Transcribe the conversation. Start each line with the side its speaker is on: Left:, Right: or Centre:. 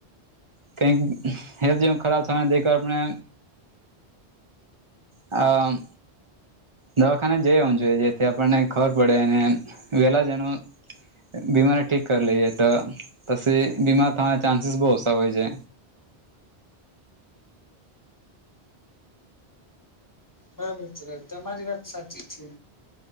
Right: કં હેલ્થ જેવ ખરાબ થાયને આપણે અ દવાખાને જઈ આવું જોઈએ જેથી આપણને ખબર પડે અને વેલા જેનું બીમારી ઠીક કરી લઈએ તો તછ બીમાર થવાના ચાન્સીસ બહુ હોય છે.
Left: હા મિત્ર તમારી વાત સાચી છે.